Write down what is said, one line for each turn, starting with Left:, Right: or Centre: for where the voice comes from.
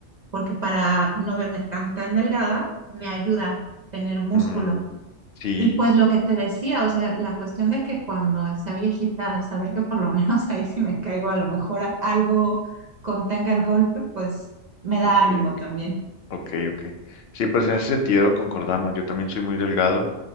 Right: porque para no verme tan, tan delgada, me ayuda tener músculo.
Left: Mm, sí,
Right: Y pues lo que te decía, o sea, la cuestión de que cuando sea viejita, saber que por lo menos <laughs> ahí si me caigo, a lo mejor a- algo contenga el golpe, pues me
Left: ok,
Right: da ánimo también.
Left: Ok, ok. Sí, pues en ese sentido concordamos. Yo también soy muy delgado